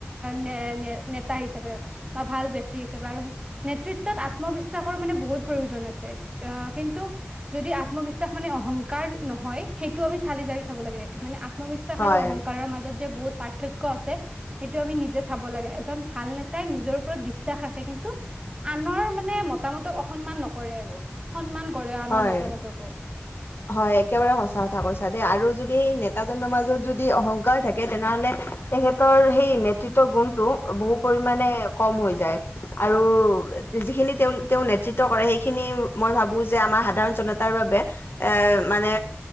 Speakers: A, on the right (about 20°); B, on the left (about 60°).
A: নে নে নেতা হিচাপে বা ভাল ব্যক্তি হিচাপে আৰু নেতৃত্বত আত আত্মবিশ্বাসৰ মানে বহুত প্ৰয়োজন আছে কিন্তু যদি আত্মবিশ্বাস মানে অহংকাৰ ন। হয় সেইটো আমি চালি জাৰি চাব লাগে মানে আত্মবিশ্বাস
B: হয়
A: আৰু অহংকাৰৰ মাজত যে বহুত পাৰ্থক্য আছে সেইটো আমি নিজে চাব লাগে এজন ভাল নেতাই নিজৰ ওপৰত বিশ্বাস ৰাখে কিন্তু আনৰ মানে মতামতক অসন্মান নকৰে। আৰু সন্মান কৰে আনৰ
B: হয়।
A: মতামতকো।
B: হয় একেবাৰে সঁচা কথা কৈছা দে আৰু যদি সেই নেতাজনৰ মাজত যদি অহংকাৰ থাকে তেনেহলে তেখেতৰ সেই নেতৃত্ব গুণটো বহু পৰিমাণে কম হৈ যায় আৰু যিখিনি তেঁওলোকে তেওঁ নেতৃত্ব কৰে সেইখিনি মই ভাবো যে আমাৰ সাধাৰণ জনতাৰ বাবে এ মানে